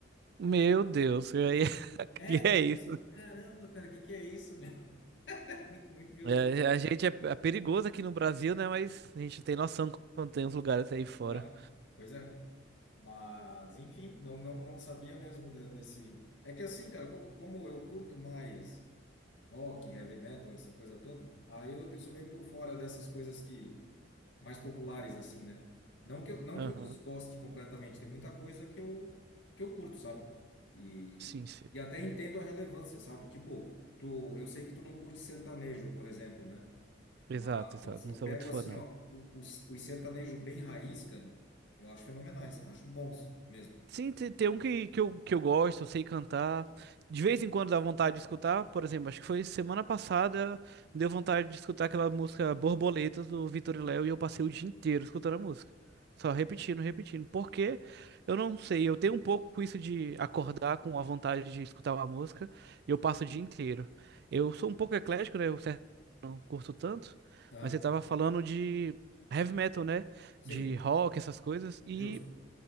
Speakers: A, on the right; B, on the left.
A: Meu Deus, aí,
B: Eu fico,
A: <laughs>
B: é,
A: que é
B: eu fico
A: isso?
B: assim, caramba, cara, o que que é isso, meu? <laughs> Muito, muito violento.
A: É, a gente é, é perigoso aqui no Brasil, né? Mas a gente não tem noção quando tem uns lugares aí fora.
B: Tá? Pois é. Mas, enfim, não, não, não sabia mesmo de- desse... É que assim, cara, como, como eu curto mais rock, heavy metal, essa coisa toda, aí eu, eu sou meio por fora dessas coisas que mais populares, assim, né? Não que eu, não
A: Aham.
B: que eu desgoste completamente, tem muita coisa que eu, que eu curto, sabe? E,
A: Sim, sim.
B: e até entendo a relevância, sabe? Tipo, tu, eu sei que tu não curte sertanejo, por exemplo, né?
A: Exato,
B: Mas
A: exato.
B: eu
A: Não sou
B: pego
A: muito fã,
B: assim,
A: não.
B: ó, o- os, os sertanejos bem raiz, cara, eu acho fenomenais, acho bons mesmo.
A: Sim, te- tem um que, que, eu, que eu gosto, eu sei cantar. De vez em quando dá vontade de escutar, por exemplo, acho que foi semana passada, deu vontade de escutar aquela música Borboletas do Vitor e Léo e eu passei o dia inteiro escutando a música. Só repetindo, repetindo. Porque eu não sei, eu tenho um pouco isso de acordar com a vontade de escutar uma música e eu passo o dia inteiro. Eu sou um pouco eclético, né? Eu certo, não curto tanto,
B: Ah,
A: mas você tava falando de heavy metal, né?
B: sim,
A: De rock, essas coisas. E.
B: justo.